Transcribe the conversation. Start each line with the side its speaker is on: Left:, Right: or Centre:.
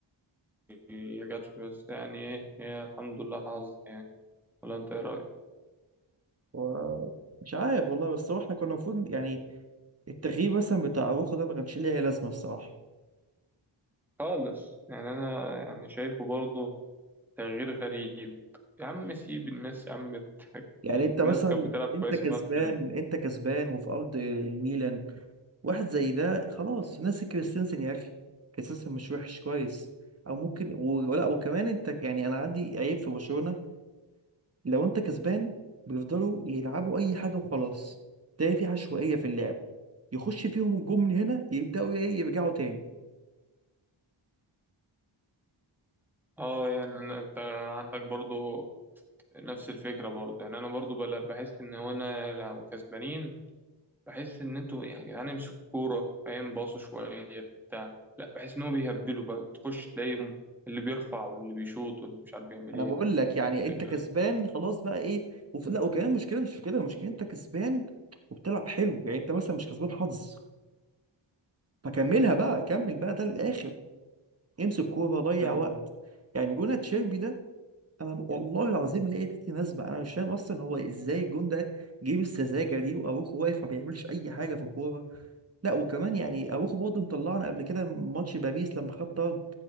Centre: ما جاتش بس يعني إيه هي الحمد لله حظ يعني ولا أنت إيه رأيك؟
Right: هو مش عارف والله بس هو احنا كنا المفروض يعني التغيير مثلا بتاع اروخو ده ما كانش ليه اي لازمه الصراحه
Centre: خالص يعني أنا يعني شايفه برضه تغيير غريب يا عم سيب الناس يا عم
Right: يعني انت مثلا
Centre: الناس كانت بتلعب كويس
Right: انت كسبان
Centre: والناس كانت
Right: انت كسبان وفي ارض الميلان واحد زي ده خلاص نزل كريستنسن يا اخي كريستنسن مش وحش كويس او ممكن و- ولا وكمان انت يعني انا عندي عيب في برشلونه لو انت كسبان بيفضلوا يلعبوا اي حاجه وخلاص تلاقي في عشوائيه في اللعب يخش فيهم الجون من هنا يبداوا ايه يرجعوا تاني
Centre: اه يعني أنا- أنت عندك برضه نفس الفكرة برضه يعني أنا برضه بحس إن هو أنا لو كسبانين بحس ان انتوا يعني يا جدعان امسكوا الكوره فاهم باصوا شويه بتاع لا بحس ان هو بيهبلوا بقى تخش تلاقي اللي بيرفع واللي بيشوط واللي مش عارف بيعمل
Right: انا
Centre: ايه
Right: بقول لك يعني
Centre: يعني.
Right: انت كسبان خلاص بقى ايه وف... لا وكمان المشكله مش في كده المشكله انت كسبان وبتلعب حلو يعني انت مثلا مش كسبان حظ فكملها بقى كمل بقى ده للاخر امسك كوره ضيع
Centre: مم.
Right: وقت يعني جون تشيربي ده انا والله العظيم لقيت ناس بقى انا مش فاهم اصلا هو ازاي الجون ده جيب السذاجه دي واروخو واقف ما بيعملش اي حاجه في الكوره لا وكمان يعني اروخو برضه مطلعنا قبل كده ماتش باريس لما خد طرد